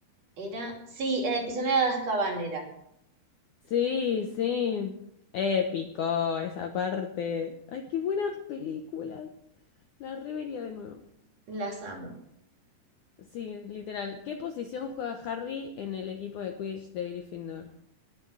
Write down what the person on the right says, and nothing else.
era. Sí, en el prisionero de Azkaban era.
Las amo.